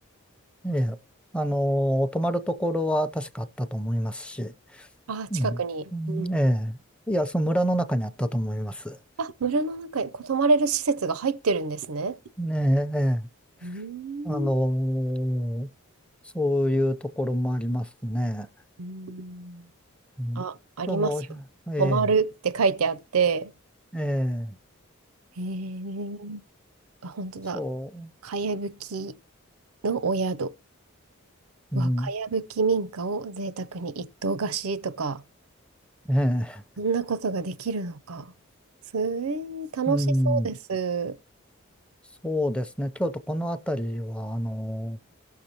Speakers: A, in the centre; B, on the right (about 80°).
A: え、ええ、あの、泊まるところは確かあったと思いますし、
B: あー、近くに。
A: うん、うんええ、
B: うん。
A: いや、その村の中にあったと思います。
B: あ、村の中に泊まれる施設が入ってるんですね。
A: ねえ、ええ、
B: うー
A: あの、
B: ん。
A: そういうところもありますね。
B: うん
A: うん、
B: あ、ありますよ。
A: その、ええ、
B: 泊まるって書いてあって、
A: ええ、
B: へえ。あ、本当だ。
A: そ
B: かやぶきのお宿。
A: う、
B: うわ、
A: うん、
B: かやぶき民家を贅沢に一棟貸しとか、
A: ねえ
B: そんなことができるのか。すえー、楽しそうです。
A: うん、そうですね。京都この辺りは、あの、